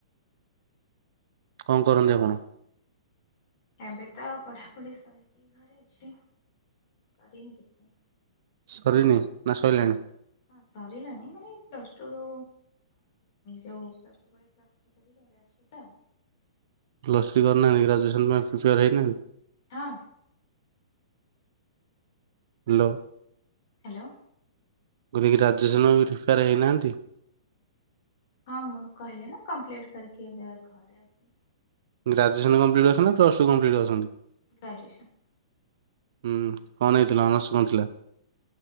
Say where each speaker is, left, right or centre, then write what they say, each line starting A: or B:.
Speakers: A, on the right; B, on the left.
A: କଣ କରନ୍ତି ଆପଣ?
B: ଏବେ ତ ପଢ଼ାପଢ଼ି ସରିକି ଘରେ ଅଛି କରିନି କିଛି।
A: ସରିନି ନା ସଇଲାଣି?
B: ହଁ ସାରିଲାଣି ମାନେ ପ୍ଲସଟୁରୁ ଯୋଉ ପ୍ଲସଟୁ ପରେ ପ୍ଲସ ସରିକି ଘରେ ଅଛି ତ ଆଉ
A: ପ୍ଲସଥ୍ରି କରି ନାହାଁନ୍ତି କି ଗ୍ରାଜୁଏସନ୍ ପାଇଁ ପ୍ରିପେୟାର ହେଇ ନାହାଁନ୍ତି।
B: ହଁ।
A: ହାଲୋ।
B: ହାଲୋ।
A: ମୁଁ କହିଲି କି ଗ୍ରାଜୁଏସନ ବି ପ୍ରିପେୟାର ହେଇନାହାନ୍ତି।
B: ହଁ ମୁଁ ଏନୁ କହିଲି ନା କମ୍ପ୍ଲେଟି କରିକି ଏବେ ଆ ଘରେ ଅଛି।
A: ଗ୍ରାଜୁଏସନ୍ କମ୍ପ୍ଲିଟ କରିଛନ୍ତି ନା ପ୍ଲସଟୁ କମ୍ପ୍ଲିଟ କରିଛନ୍ତି।
B: ଗ୍ରାଜୁଏସନ୍।
A: ହୁଁ, କଣ ନେଇଥିଲ, ଅନର୍ସ କଣ ଥିଲା?